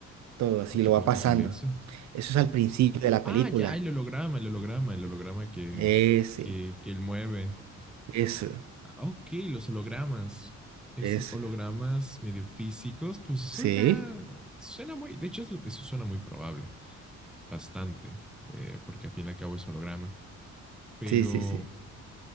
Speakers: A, on the right; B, in the centre.
A: todo así
B: ¿En qué
A: lo va
B: parte
A: pasando.
B: sale eso?
A: Eso es al principio de la película.
B: Ah, ya, el holograma, el holograma, el holograma que,
A: Ese,
B: que, que él mueve.
A: eso,
B: Ah, ok, los hologramas. Esos
A: eso.
B: hologramas medio físicos, pues eso
A: Sí,
B: ya suena muy, de hecho, es- eso suena muy probable, bastante, eh, porque al fin y al cabo es holograma. Pero,
A: sí, sí, sí.